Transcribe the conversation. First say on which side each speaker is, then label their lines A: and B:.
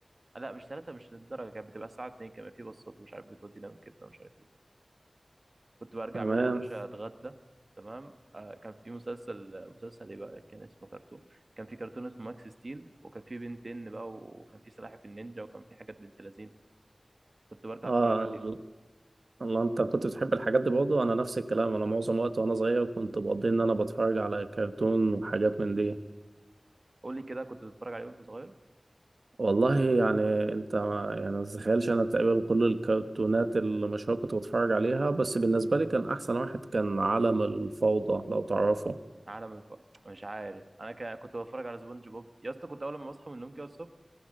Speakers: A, on the right; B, on the right.
A: لا مش 3 مش للدرجة كانت بتبقى الساعة 2 كمان في بصات ومش عارف بتودينا وكده ومش عارف ايه وكده كنت برجع
B: تمام
A: منها يا باشا اتغدى تمام آه كان في مسلسل مسلسل ايه بقى كان اسمه كرتون كان في كرتون اسمه ماكس ستيل وكان في بنتين بقى وكان في سلاحف النينجا وكان في حاجات بنت لذين كنت برجع
B: اه
A: اتفرج عليهم
B: الله انت كنت بتحب الحاجات دي برضه انا نفس الكلام انا معظم وقت وانا صغير كنت بقضي ان انا بتفرج على كرتون وحاجات من دي
A: قول لي كده كنت بتتفرج عليهم وانت صغير
B: والله يعني انت ما يعني ما تتخيلش انا تقريبا كل الكرتونات اللي مشهورة كنت بتفرج عليها بس بالنسبة لي كان احسن واحد كان عالم الفوضى لو تعرفه
A: عالم الف مش عارف انا ك- كنت بتفرج على سبونج بوب يا اسطى كنت اول ما بصحى من النوم كده الصبح